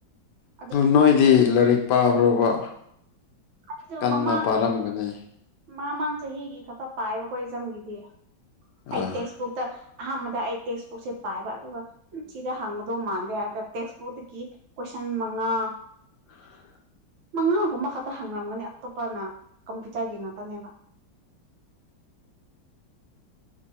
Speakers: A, on the right (about 85°); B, on the left (about 70°).
A: ꯑꯗꯨ
B: ꯅꯣꯏꯗꯤ ꯂꯥꯏꯔꯤꯛ ꯄꯥꯕ꯭ꯔꯕ
A: ꯑꯩꯁꯨ
B: ꯀꯟꯅ
A: ꯃꯃꯥꯡ
B: ꯄꯥꯔꯝꯒꯅꯤ
A: ꯃꯃꯥꯡ ꯆꯍꯤꯒꯤ ꯈꯛꯇ ꯄꯥꯏꯕꯀꯣ ꯏꯖꯝꯒꯤꯗꯤ ꯑꯩ
B: ꯑꯥ
A: ꯇꯦꯛꯁ ꯕꯨꯛꯇ ꯑꯍꯥꯟꯕꯗ ꯑꯩ ꯇꯦꯛꯁꯕꯨꯛꯁꯦ ꯄꯥꯏꯕ ꯑꯗꯨꯒ ꯎ ꯁꯤꯗ ꯍꯪꯗꯣ ꯃꯥꯟꯗꯦ ꯍꯥꯏ ꯇꯦꯛꯁꯕꯨꯛꯇꯀꯤ ꯀꯣꯏꯁꯟ ꯃꯉꯥ
B: <inaudible>
A: ꯃꯉꯥꯒꯨꯝꯕ ꯈꯛꯇ ꯍꯪꯅꯔꯝꯒꯅꯤ ꯑꯇꯣꯞꯄꯅ ꯀꯝꯄ꯭ꯌꯨꯇꯔꯒꯤ ꯉꯥꯛꯇꯅꯦꯕ